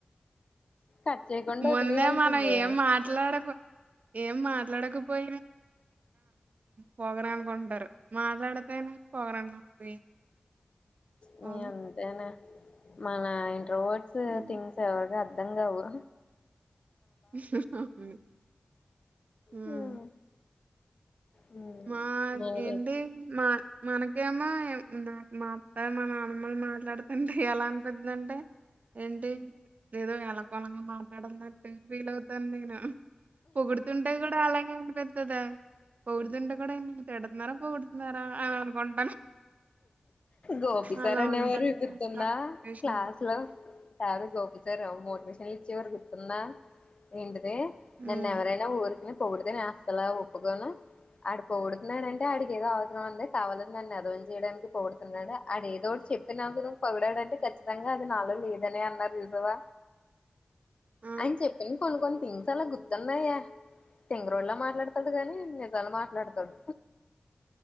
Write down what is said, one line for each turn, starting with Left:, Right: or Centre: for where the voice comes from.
Left: కట్ చేయకుండా
Right: ముందే
Left: వదిలేయాల్సిందే
Right: మనం ఏం మాట్లాడక ఏం మాట్లాడకపోయినా పొగరు అనుకుంటారు మాట్లాడితే పొగరు అనుకుంటారు
Left: మీ
Right: గోల
Left: అంతేనే మన రోడ్స్
Right: హ్మ్
Left: థింగ్స్ ఎవర గంగావు
Right: <unintelligible> మ్మ్
Left: హ్మ్ హ్మ్
Right: మా ఏంటి మా మనకేమో <unintelligible> మా అత్త మా నాన్నమ్మలు మాట్లాడుతుంటే ఎలా అనిపిద్దంటే ఏంటి ఏదో ఎల పళంగా మాటాడంది ఫీల్ అవుతాను నేను పొగుడుతుంటే కూడా అలాగే అనిపిత్తదే పొగుడ్ వర్డెన్ నిన్ను తిడతన్నారా పొగుడుతున్నారా అ అనుకుంటాను
Left: గోపి సార్
Right: అలా
Left: అనేవారివి
Right: ఉంటది
Left: గుర్తుందా
Right: నా సిట్యుయేషను.
Left: క్లాస్ లో సారు గోపి సర్ ఓ మోటివేషన్లు ఇచ్చేవారు గుర్తుందా ఏంటి అరే
Right: హ్మ్.
Left: నన్నెవరైనా ఊరికినే పొగిడితే నేను అస్సల ఒప్పుకోను ఆడు పొగిడి నేనంటే ఆడికేదో అ రాన్లే కావాలని నన్ను ఎదవని చేయడానికి పొగుడుతున్నాడు ఆడు ఏదోటి చెప్పినాకు పొగిడాడంటే ఖచ్చితంగా అది నాలో లేదనే అన్నారు చూసావా
Right: ఆ!
Left: ఆయన చెప్పన కొన్ని కొన్ని థింగ్స్ అలా గుర్తున్నాయా తింగరోల్ల మాట్లాడతాడు కాని నిజాలు మాట్లాడతాడు